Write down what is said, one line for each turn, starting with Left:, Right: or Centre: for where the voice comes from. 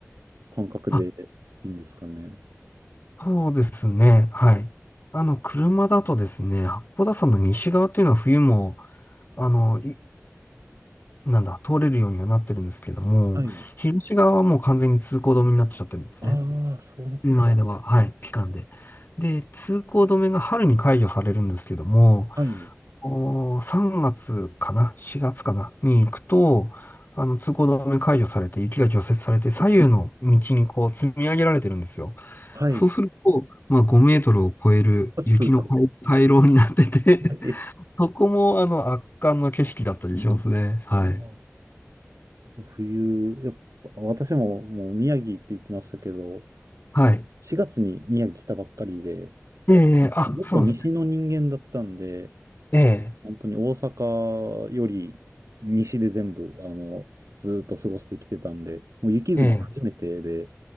Right: 感覚で
Left: あ
Right: いいんですかね。
Left: そうですね。はい。あの、車だとですね、八甲田山の西側っていうのは冬も、あの、いなんだ、通れるようにはなってるんですけども、
Right: はい。
Left: 東側はもう完全に通行止めになっちゃってるんですね。
Right: ああ、そうなってくるんですね。
Left: 今では、はい、期間で。で、通行止めが春に解除されるんですけども、
Right: はい。
Left: お3月かな ?4 月かなに行くと、あの、通行止め解除されて、雪が除雪されて、左右の道にこう積み上げられてるんですよ。
Right: はい。
Left: そうすると、
Right: <laughs>
Left: まあ、5メートルを超える雪の回
Right: あすごい。
Left: <laughs> 回廊になってて
Right: はい。
Left: <laughs> そこも、あの、圧巻の景色だったりしますね。はい。
Right: ああ。冬、やっぱ私ももう宮城って言ってましたけど、
Left: はい。
Right: 4月に宮城来たばっかりで、
Left: ええ、あ、
Right: ずっと西の人間だったんで、
Left: そうですね。ええ、
Right: 本当に大阪より西で全部、あの、ずっと過ごしてきてたんで、もう雪国初めてで、
Left: ええ、